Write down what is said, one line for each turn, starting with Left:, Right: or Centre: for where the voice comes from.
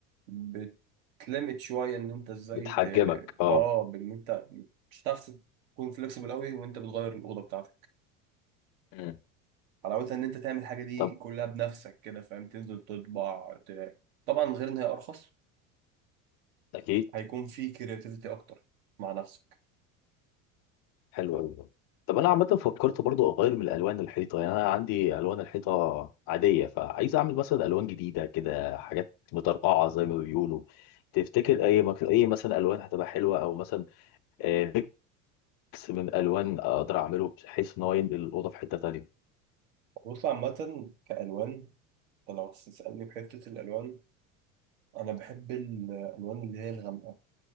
Right: بتلمت شويه ان انت ازاي
Left: بتحجمك
Right: ت...
Left: اه
Right: اه بان انت مش هتعرف تكون فليكسبل قوي وانت بتغير الاوضه بتاعتك
Left: مم.
Right: حلاوتها ان انت تعمل الحاجه دي
Left: طب
Right: كلها بنفسك كده فاهم تنزل تطبع ت... طبعا غير ان هي ارخص
Left: اكيد
Right: هيكون في كرياتيفيتي اكتر مع نفسك
Left: حلو قوي ده طب انا عامه فكرت برضو اغير من الالوان الحيطه يعني انا عندي الوان الحيطه عاديه فعايز اعمل مثلا الوان جديده كده حاجات مترقعه زي ما بيقولوا تفتكر اي مك... اي مثلا الوان هتبقى حلوه او مثلا آه، ميكس من الوان اقدر اعمله بحيث ان هو ينقل الاوضه في حته تانيه
Right: بص عامه كالوان أنت لو هتسالني في حته الالوان انا بحب الالوان اللي هي الغامقه